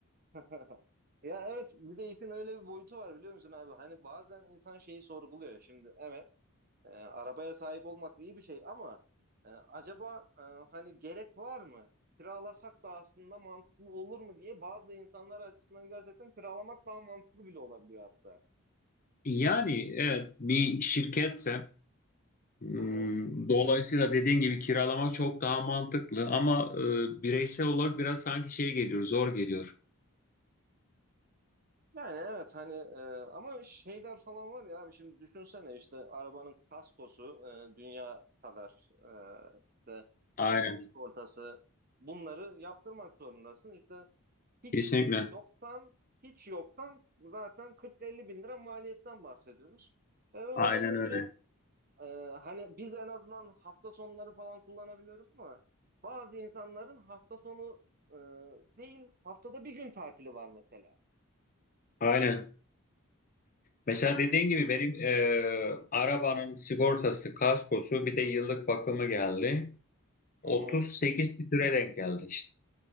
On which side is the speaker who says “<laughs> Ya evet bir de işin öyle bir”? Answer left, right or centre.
Right